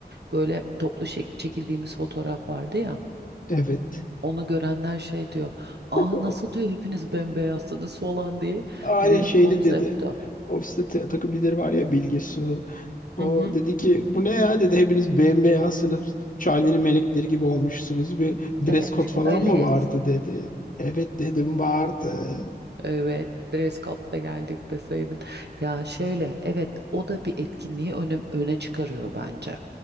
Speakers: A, on the right (about 75°); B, on the left (about 50°).
A: Böyle toplu şek- çekildiğimiz fotoğraf vardı ya
B: Evet.
A: onu görenler şey diyor aa
B: O,
A: nasıl diyor hepiniz bembeyazsınız falan diye.
B: aynı
A: E Dedim
B: şeyde
A: konsept
B: dedi. Ofiste ta- takım lideri var ya Bilge Su. O
A: Hı hı.
B: dedi ki bu ne ya dedi hepiniz bembeyazsınız. Charlie'nin melekleri
A: Hı.
B: gibi olmuşsunuz. Bir dress
A: Evet
B: code falan
A: öyle
B: mı vardı dedi. Evet dedim vardı.
A: Evet, dress code'la geldik deseydin. Ya şöyle, evet o da bir etkinliği öne, öne çıkarıyor bence.